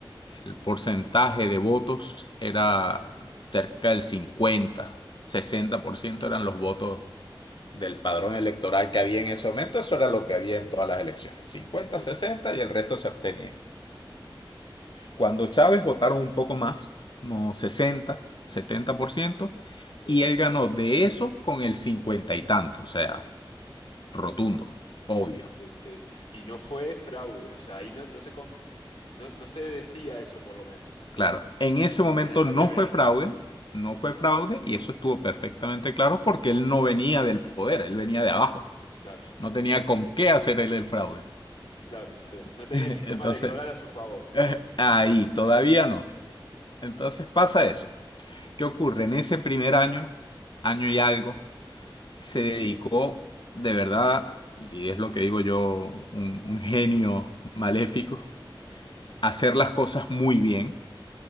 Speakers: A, on the left (about 60°); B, on the left (about 85°).
A: el porcentaje de votos era cerca del cincuenta, sesenta por ciento eran los votos del padrón electoral que había en ese momento. Eso era lo que había en todas las elecciones, cincuenta,
B: Sí,
A: sesenta y el resto se abstenía. Cuando Chávez votaron un poco más, como sesenta, setenta por ciento
B: sí,
A: y él ganó de eso con el 50 y tanto, o sea, rotundo,
B: claro.
A: obvio.
B: Sí, sí. Y no fue fraude, o sea, ahí no, no se, com- no, no se decía eso por lo menos.
A: Claro, en ese momento
B: En esa
A: no
B: primera,
A: fue fraude, no fue fraude y eso estuvo perfectamente claro porque él no venía del poder, él venía de abajo,
B: claro,
A: no tenía con qué hacer él el fraude.
B: claro, sí.
A: <laughs>
B: No tenía
A: Entonces,
B: el sistema electoral a su favor.
A: eh, ahí, todavía no. Entonces pasa eso. ¿Qué ocurre? En ese primer año, año y algo, se dedicó de verdad, y es lo que digo yo, un, un genio maléfico,
B: <laughs>
A: a hacer las cosas muy bien